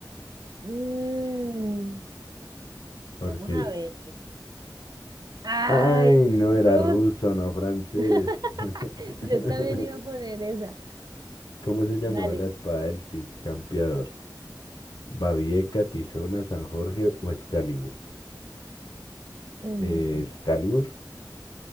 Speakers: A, on the right; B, on the left.
A: Mm,
B: Porque.
A: vamos a ver. Ay,
B: Ay, no
A: Ruth.
B: era ruso, no francés.
A: <laughs>
B: <laughs>
A: Yo también iba a poner esa.
B: ¿Cómo se llamaba
A: Dale.
B: la espada del Cid Campeador? Babieca, Tizona, San Jorge o Excalibur.
A: Uy,
B: Eh,
A: no, eso no,
B: Excalibur,